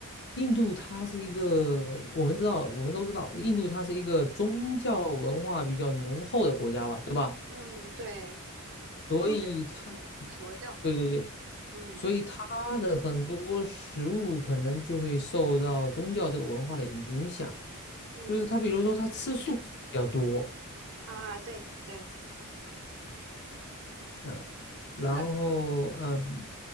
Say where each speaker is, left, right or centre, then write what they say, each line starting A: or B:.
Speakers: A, on the left; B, on the right.
A: 印度它是一个，我们知道，我们都知道，印度它是一个宗教文化比较浓厚的国家吧，对吧？
B: 嗯，对
A: 所以它，
B: ，Buddhist 是吧？佛教。
A: 对对对，
B: 嗯
A: 所以它的很多食物可能就会受到宗教这个文化的影响，
B: 嗯
A: 就是它，比如说它吃素比较多，
B: 啊，对对，
A: 嗯，然后嗯，
B: 那